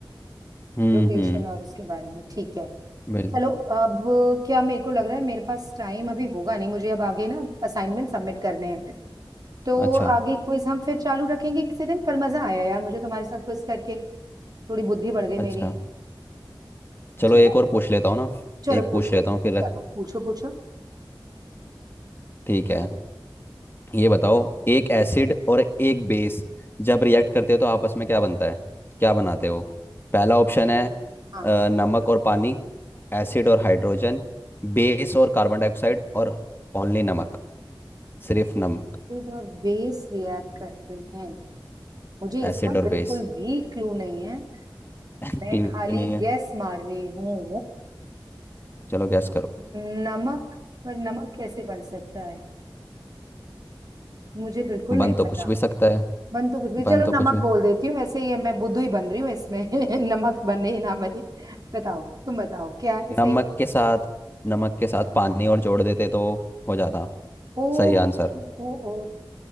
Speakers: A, on the left; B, on the right.
A: हम्म
B: रोटेशन
A: हम्म
B: और उसके बारे में ठीक है
A: बिल्कुल
B: चलो अब क्या मेरे को लग रहा है मेरे पास टाइम अभी होगा नहीं मुझे अब आगे ना असाइनमेंट सबमिट करने हैं तो
A: अच्छा
B: आगे क्विज हम फिर चालू रखेंगे किसी दिन पर मजा आया यार मुझे तुम्हारे साथ क्विज करके थोड़ी बुद्धि बढ़ गई मेरी
A: अच्छा चलो
B: ठीक
A: एक
B: है
A: और पूछ लेता हूँ ना
B: चलो
A: एक
B: पूछ
A: पूछ लेता
B: लो
A: हूँ फिर
B: चलो
A: रख-
B: पूछो पूछो
A: ठीक है ये बताओ एक एसिड और एक बेस जब रिएक्ट करते हो तो आपस में क्या बनता है क्या बनाते हो पहला ऑप्शन है
B: हाँ
A: अ, नमक और पानी एसिड और हाइड्रोजन बेस और कार्बन डाइऑक्साइड और ओनली नमक सिर्फ नमक
B: सिर्फ और बेस रिएक्ट करते हैं मुझे इसका
A: एसिड और
B: बिल्कुल
A: बेस
B: भी क्लू नहीं है
A: <laughs>
B: मैं
A: क्लियर
B: खाली
A: नहीं है
B: गैस मार रही हूँ
A: चलो गैस करो
B: नमक पर नमक कैसे बन सकता है मुझे बिल्कुल
A: बन
B: नहीं
A: तो
B: पता
A: कुछ भी सकता है
B: बन तो कुछ भी चलो
A: बन तो
B: नमक
A: कुछ भी
B: बोल देती हूँ वैसे ये मैं बुद्धू ही बन रही हूँ इसमें <laughs> नमक बने ना बने बताओ तुम बताओ क्या है सही
A: नमक के साथ नमक के साथ पानी और जोड़ देते तो हो जाता
B: ओ
A: सही आंसर
B: ओ ओ